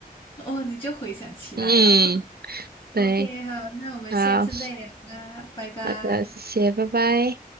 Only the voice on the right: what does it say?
嗯，
对，
好。
好的，谢谢，拜拜。